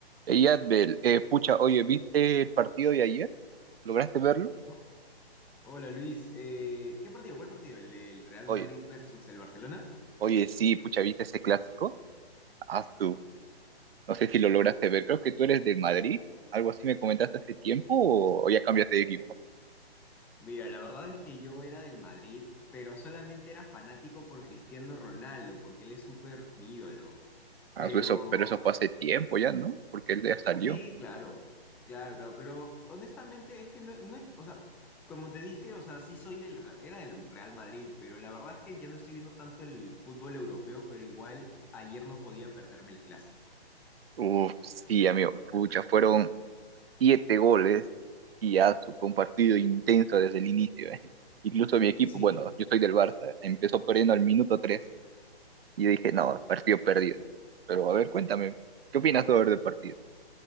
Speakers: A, on the right; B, in the centre.
A: Ey, Adbel, eh, pucha, oye, ¿viste el partido de ayer? ¿Lograste verlo?
B: Oh, Hola Luis, Eh, ¿qué partido? ¿Cuál partido? ¿El del Real
A: Oye,
B: Madrid versus el Barcelona?
A: oye, sí, pucha, ¿viste ese clásico? Ah, tú. No sé si lo lograste ver. Creo que tú eres del Madrid. Algo así me comentaste hace tiempo o, o ya cambiaste de equipo.
B: Mira, la verdad es que yo era del Madrid, pero solamente era fanático por Cristiano Ronaldo, porque él es súper mi ídolo. Pero,
A: Ah, su- eso, pero eso fue
B: la-
A: hace tiempo ya, ¿no? Porque él ya salió.
B: sí, claro, claro, claro, pero honestamente es que no, no es, o sea, como te dije, o sea, sí soy del, Re- era del Real Madrid, pero la verdad es que ya no estoy viendo tanto el fútbol europeo, pero igual ayer no podía perderme el clásico.
A: Uf, sí, amigo, pucha, fueron siete goles y ya su- fue un partido intenso desde el inicio, eh. Incluso mi equipo,
B: Sí.
A: bueno, yo soy del Barça, empezó perdiendo al minuto tres Y yo dije, no, partido perdido. Pero a ver, cuéntame, ¿qué opinas sobre del partido?